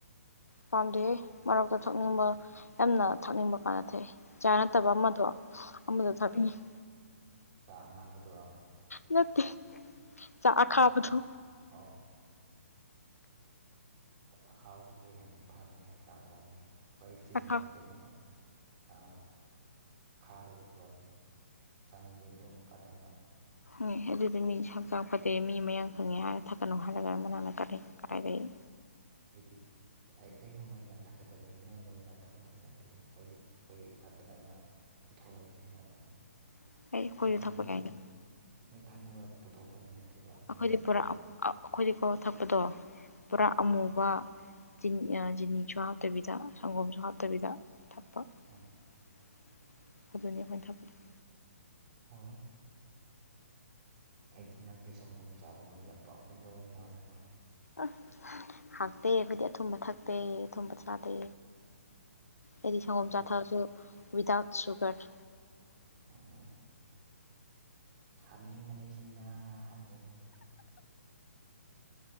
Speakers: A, on the left; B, on the right.
A: ꯄꯥꯝꯗꯦꯍꯦ ꯃꯔꯛꯇ ꯊꯛꯅꯤꯡꯕ
B: ꯑꯣ
A: ꯌꯥꯝꯅ ꯊꯛꯅꯤꯡꯕ ꯀꯥꯟꯅ ꯊꯛꯏ ꯆꯥ ꯅꯠꯇꯕ
B: ꯑꯣ
A: ꯑꯃꯗꯣ ꯑꯃꯗꯣ ꯊꯛꯅꯤꯡꯉꯤ꯫
B: ꯆꯥꯛ ꯑꯉꯥꯡꯕꯗꯨꯔꯣ
A: ꯅꯠꯇꯦ ꯆꯥ
B: ꯑꯣ
A: ꯑꯈꯥꯕꯗꯣ
B: ꯑꯣ ꯑꯈꯥꯕꯗꯨꯗꯤ ꯌꯥꯝ ꯐꯕꯅꯤ ꯍꯛꯆꯥꯡ ꯐꯕꯅꯤ ꯑꯩꯈꯣꯏ ꯆꯤꯟꯗ
A: ꯑꯈꯥ
B: ꯀꯩꯅꯣ ꯑ ꯈꯥꯔꯨꯅꯨꯀꯣ ꯆꯥꯡꯉꯥꯗꯤ ꯑꯗꯨꯝ ꯀꯥꯟꯅꯕ
A: ꯃꯤ ꯑꯗꯨꯗꯤ ꯃꯤ ꯍꯛꯆꯥꯡ ꯐꯠꯇꯦ ꯃꯤ ꯃꯌꯥꯡ ꯀꯪꯉꯦ ꯍꯥꯏꯔ ꯊꯛꯀꯠꯅꯨ ꯍꯥꯏꯔꯒ ꯃꯅꯥ ꯅꯪꯅ ꯀꯔꯤ ꯀꯗꯥꯏꯗꯒꯤ
B: ꯑꯩꯗꯤ ꯑꯩ ꯑꯩꯒꯨꯝꯕꯅ ꯊꯛꯀꯗꯕꯅꯤ ꯅꯣꯏꯒꯨꯝꯕꯅ ꯊꯛꯀꯗꯕ ꯅꯠꯇꯦ ꯑꯩꯈꯣꯏ ꯑꯩꯈꯣꯏ ꯊꯛꯗꯕ ꯄꯨꯊꯣꯔꯛꯄꯅꯦꯕ ꯑꯗꯣ
A: ꯑꯩ ꯑꯩꯈꯣꯏꯁꯨ
B: ꯅꯩ ꯊꯛꯅꯕ
A: ꯊꯛꯄ ꯌꯥꯏꯅ
B: ꯄꯨ ꯅꯩ ꯊꯛꯅꯕ ꯄꯨꯊꯣꯛꯄ ꯅꯠꯇꯦꯕ
A: ꯑꯩꯈꯣꯏꯗꯤ
B: ꯃꯤ ꯃꯤꯒꯤ
A: ꯄꯨꯔꯥ ꯑꯩꯈꯣꯏꯗꯤꯀꯣ ꯊꯛꯄꯗꯣ ꯄꯨꯔꯥ
B: ꯎꯝ
A: ꯑꯃꯨꯕ ꯆꯤꯅ ꯑ ꯆꯤꯅꯤꯁꯨ ꯍꯥꯞꯇꯕꯤꯗ ꯁꯪꯒꯣꯝꯁꯨ ꯍꯥꯞꯇꯕꯤꯗ ꯊꯛꯄ
B: ꯑꯥ
A: <unintelligible>
B: ꯍꯣꯏ ꯑꯩꯗꯤ ꯅꯪꯁꯦ ꯁꯪꯒꯣꯝ ꯆꯥꯕꯃ ꯌꯥꯝ ꯄꯥꯝꯕ ꯗꯣ ꯃꯥꯜꯂꯕ
A: ꯑ ꯍꯥꯎꯇꯦ ꯑꯈꯣꯏꯗꯤ ꯑꯊꯨꯝꯕꯊꯛ ꯇꯦ ꯑꯊꯨꯝꯕ ꯆꯥꯗꯦ ꯑꯩꯗꯤ ꯁꯪꯒꯣꯝ
B: ꯑꯊꯨꯝ
A: ꯆꯥ ꯊꯛꯑꯁꯨ ꯋꯤꯗꯥꯥꯎꯠ ꯁꯨꯒꯔ
B: ꯑꯣ ꯍꯥꯞꯅꯤꯡꯕꯅꯤꯁꯤꯅ ꯍꯥꯞꯅꯤꯡꯕꯅꯤꯁꯤꯅ